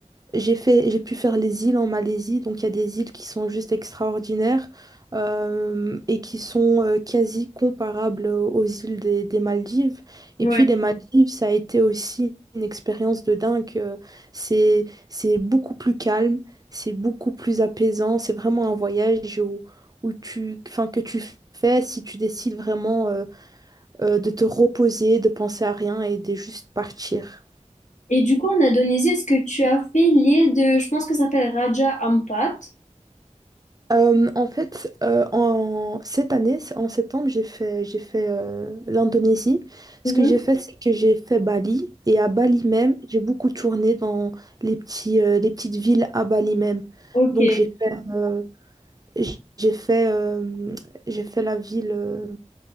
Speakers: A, on the right (about 30°); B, on the left (about 75°).
A: J'ai fait, j'ai pu faire les îles en Malaisie, donc il y a des îles qui sont juste extraordinaires euh, et qui sont euh, quasi comparables aux îles des, des Maldives.
B: ouais.
A: Et puis les Maldives, ça a été aussi une expérience de dingue. euh, c'est, c'est beaucoup plus calme, c'est beaucoup plus apaisant. C'est vraiment un voyage où, où tu, enfin, que tu fais si tu décides vraiment euh, euh, de te reposer, de penser à rien et de juste partir.
B: Et du coup, en Indonésie, est-ce que tu as fait l'île de, je pense que ça s'appelle Raja Ampat?
A: Euh, en fait, euh, en cette année, c'est- en septembre, j'ai fait, j'ai fait euh, l'Indonésie.
B: Mhm.
A: Ce que j'ai fait, c'est que j'ai fait Bali. Et à Bali même, j'ai beaucoup tourné dans les petits, euh, les petites villes à Bali même.
B: Ok.
A: Donc j'ai fait, euh, j- j'ai fait, euh, j'ai fait la ville euh,